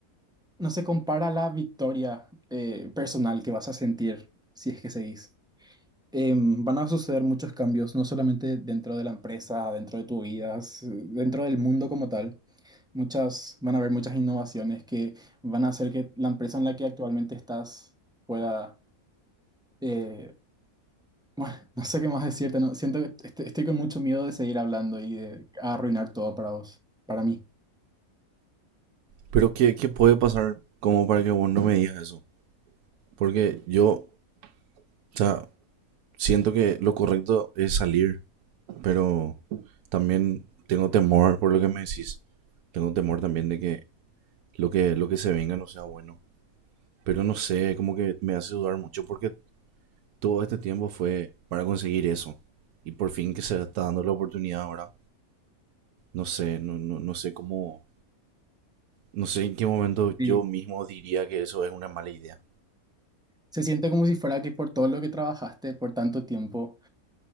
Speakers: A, in the centre; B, on the right.
A: no se compara a la victoria eh, personal que vas a sentir si es que seguís. Em, van a suceder muchos cambios, no solamente dentro de la empresa, dentro de tu vida, s- dentro del mundo como tal. Muchas, van a haber muchas innovaciones que van a hacer que la empresa en la que actualmente estás pueda, eh, bueno, <laughs> no sé qué más decirte, no, siento que est- estoy con mucho miedo de seguir hablando y de arruinar todo para vos, para mí.
B: Pero ¿qué, qué puede pasar como para que vos no me digas eso? Porque yo, o sea, siento que lo correcto es salir, pero también tengo temor por lo que me decís. Tengo temor también de que lo que, lo que se venga no sea bueno. Pero no sé, como que me hace dudar mucho porque todo este tiempo fue para conseguir eso. Y por fin que se está dando la oportunidad ahora. No sé, no, no, no sé cómo, no sé en qué momento
A: Sí.
B: yo mismo diría que eso es una mala idea.
A: Se siente como si fuera que por todo lo que trabajaste por tanto tiempo